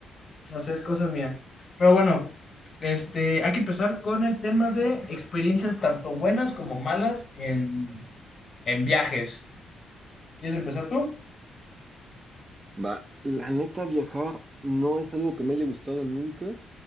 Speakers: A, on the left; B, on the right.
A: No sé, es cosa mía. Pero bueno, este, hay que empezar con el tema de experiencias tanto buenas como malas en, en viajes. ¿Quieres empezar tú?
B: Va, la neta viajar no es algo que me haya gustado nunca.